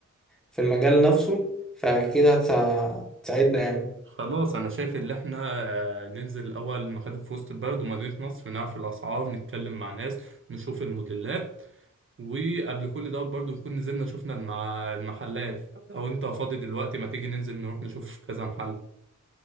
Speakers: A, in the centre; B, on the right.
A: في المجال نفسه فأكيد هتسا- هتساعدنا يعني
B: خلاص انا شايف ان احنا آه، ننزل الاول مخادم في وسط البلد ومدينة نصر نعرف الاسعار نتكلم مع ناس نشوف الموديلات وقبل كل دوت برضو نكون نزلنا شفنا المع... المحلات لو انت فاضي دلوقتي ما تيجي ننزل نروح نشوف كذا محل